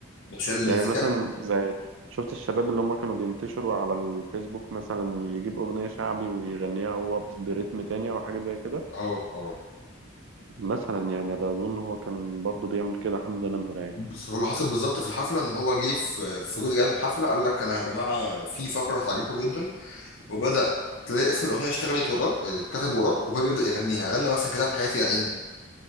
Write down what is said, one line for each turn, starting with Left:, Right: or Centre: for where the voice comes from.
Left: بس هي المزيكا
Right: يعني مثلا زي شفت الشباب اللي هم كانوا بينتشروا على الفيسبوك مثلا يجيب أغنية شعبي ويغنيها هو برتم تاني أو حاجة زي كده
Left: اه اه
Right: مثلا يعني ده أظن هو كان برضه بيعمل كده حمزة نمرة يعني
Left: بس هو اللي حصل بالظبط في الحفله ان هو جه في في جزء جاي من الحفله قال لك انا يا جماعه في فقره هتعجبكم جدا وبدأ تلاقي اسم الأغنية اشتغلت وراه اتكتب وراه وهو بيبدأ يغنيها غنى مثلا كتاب حياتي يا عين